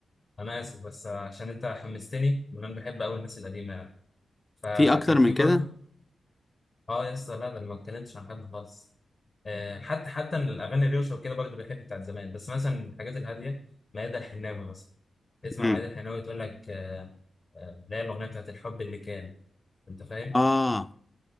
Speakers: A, on the left (about 45°); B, on the left (about 20°).
A: انا اسف بس آه، عشان انت حمستني وانا بحب قوي الناس القديمه فكان
B: في أكتر
A: في
B: من
A: برضه
B: كده
A: اه يا اسطى لا ده انا ما اتكلمتش عن حد خالص آه حتى حتى من الاغاني الروشه وكده برضه بحب بتاعت زمان بس مثلا من الحاجات الهاديه ميادة الحناوي مثلا تسمع
B: امم
A: ميادة الحناوي تقول لك آه آه، اللي هي الاغنيه بتاعت الحب اللي كان انت فاهم
B: آه